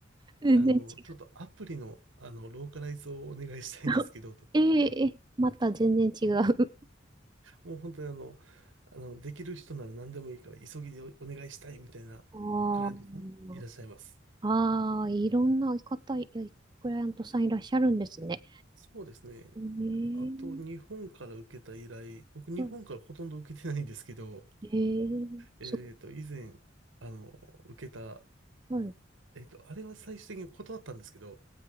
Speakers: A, on the right; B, on the right.
A: 全然違う。
B: あの、ちょっとアプリの、あの、ローカライズをお願いしたいんですけどとか、
A: <laughs> えええまた全然違う。
B: もう本当にあの、あの、できる人なら何でもいいから急ぎでおお願いしたいみたいなクライアントさんいらっしゃいます。
A: <laughs> あーあー、いろんな方、いクライアントさんいらっしゃるんですね。
B: そうですね。
A: えー、
B: あと、日本から受けた依頼、僕、日本からほとんど受けてないんですけど、
A: うんえー、
B: えっと、
A: そ、
B: 以前、あの、受けた、
A: はい、
B: えっと、あれは最終的に断ったんですけど、